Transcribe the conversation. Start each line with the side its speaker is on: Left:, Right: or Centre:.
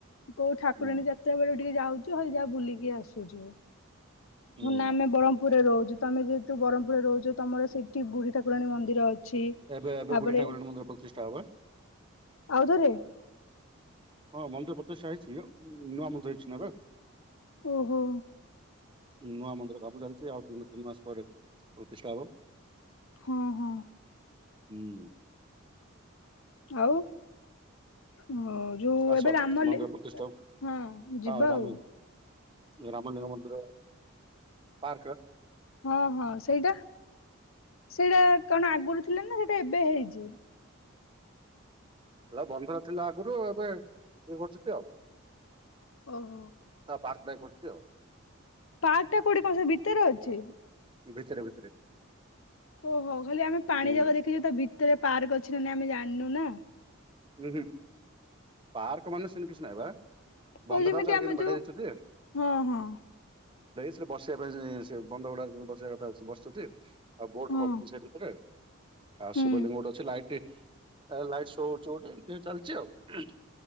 Left: କୋଉ ଠାକୁରାଣୀ
Right: ହୁଁ
Left: ଯାତ୍ରା ବେଳେ ଟିକେ ଯାଉ ଚୁ ଆଉ ଯାହା ବୁଲିକି ଆସୁଛୁ
Right: ହୁଁ
Left: ନା ଆମେ ବ୍ର୍ମପୁରରେ ରହୁଛୁ। ତମେ ଯେହେତୁ ବ୍ରହ୍ମପୁରରେ ରହୁଛ ତମର ସେଠି ବୁଢୀ ଠାକୁରାୀ ମନ୍ଦିର ଅଛି। ଅଛି
Right: ଏବେ ଏବେ
Left: ତାପରେ
Right: ବୁଢୀ ଠାକୁରାଣୀ ମନ୍ଦିର ପ୍ରତିଷ୍ଠା ହବ
Left: ଆଉଥରେ
Right: ହଁ ମନ୍ଦିର ପ୍ରତିଷ୍ଠା ହେଇଛି ନୂଆ ମନ୍ଦିର ହେଇଛି ନା ଏବେ।
Left: ଓହୋ।
Right: ନୂଆ ମନ୍ଦିର କାମ ଚାଲିଛି ଆଉ ଦି ତିନି ମାସ ପରେ ପ୍ରତିଷ୍ଠା ହବ।
Left: ହୁଁ ହୁଁ
Right: ହୁଁ
Left: ଆଉ ହ ଯୋଉ
Right: ଆସ
Left: ଏବେ ରାମଲି,
Right: ମନ୍ଦିର ପ୍ରତିଷ୍ଠା ହବ।
Left: ହଁ ଯିବା
Right: ହଁ ରାମ
Left: ଆଉ
Right: ରାମଲିଙ୍ଗ ମନ୍ଦିର ପାର୍କ
Left: ହଁ ହଁ ସେଇଟା ସେଇଟା କଣ ଆଗରୁ ଥିଲା ନା ସେଇଟା ଏବେ ହେଇ <unintelligible>
Right: ସେଟା <unintelligible> ଥିଲା ଆଗରୁ ଏବେ ଇଏ କରୁଛନ୍ତି ଆଉ
Left: ଓହୋ
Right: ତା ପାର୍କ ନାଇଁ କରୁଚି ଆଉ
Left: ପାର୍କ କୋଉଠି ଅଛି ଭିତରେ ଅଛି?
Right: ଭିତରେ ଭିତରେ
Left: ଓହୋ ଖାଲି ଆମେ ପାଣି
Right: ହୁଁ
Left: ଜାଗା ଦେଖିଛୁ ତା ଭିତରେ ପାର୍କ ଅଛି ନା ନାହିଁ ଆମେ ଜାଣିନୁ ନା।
Right: ଉୁଁ ହୁଁ ପାର୍କ ମାନେ ସେମିତି କିଛି ନାହିଁ ବା
Left: ହଉ
Right: ବନ୍ଧ
Left: ଯେମିତି
Right: ଟାକୁ ଚାରିପଟେ
Left: ଆମେ
Right: ବେଢ
Left: ଯୋଉ
Right: ଦେଇଛନ୍ତି
Left: ହଁ ହଁ
Right: ସେଠି ବସିବା ପାଇଁ ସେ ବନ୍ଧ ହୁଡାରେ ବସିବା କଥା ବସୁଛନ୍ତି ଆଉ ବୋଟ
Left: ହଁ
Right: ରଖୁଛି ସେ ଭିତରେ ଆଉ
Left: ହୁଁ
Right: ଶିବଲିଙ୍ଗ ଗୋଟେ ଅଛି, ଲାଇଟ୍ ଲାଇଟ ଶୋ ହଉଛି ଗୋଟେ ଏମିତି ଚାଲିଛି ଆଉ